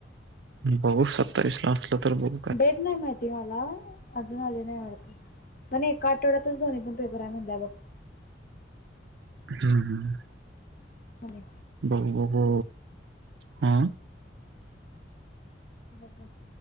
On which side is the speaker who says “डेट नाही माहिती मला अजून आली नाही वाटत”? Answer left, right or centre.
Left